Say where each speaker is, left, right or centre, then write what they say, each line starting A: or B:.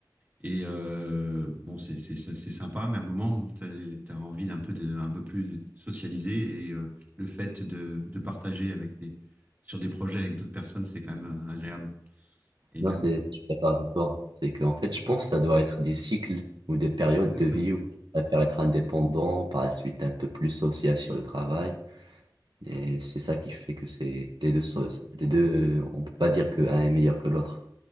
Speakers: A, on the right (about 25°); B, on the right (about 75°).
A: Et euh, bon, c'est c'est c'est c'est sympa, mais à un moment, bon, t'as, t'as envie d'un peu de, un peu plus de socialiser et euh, le fait de, de partager avec des, sur des projets avec d'autres personnes, c'est quand même euh, agréable. Et
B: Non,
A: même.
B: c'est, je suis d'accord avec toi. C'est qu'en fait, je pense que ça doit être des cycles ou des périodes
A: Exactement.
B: de vie où tu préfères être indépendant, par la suite un peu plus social sur le travail. Et c'est ça qui fait que c'est les deux choses. Les deux, on peut pas dire qu'un est meilleur que l'autre.